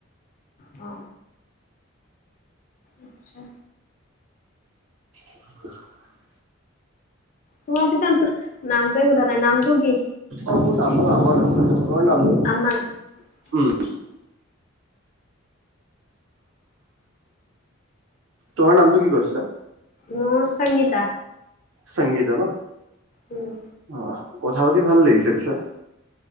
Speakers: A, on the left; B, on the right.
A: অ। আচছা।
B: <unintelligible>
A: তোমাৰ পিছত নামটোৱে সোধা নাই নামটো কি।
B: অ মোৰ নামটো আমাৰ আ তৰ নামটো।
A: আমান।
B: উম
A: আচ্ছা
B: তোমাৰ নামটো কি কৈছিলা।
A: মোৰ সংগীতা।
B: সংগীতা ন
A: উম,
B: অ কথা পাতি ভাল লাগিছে পিছত।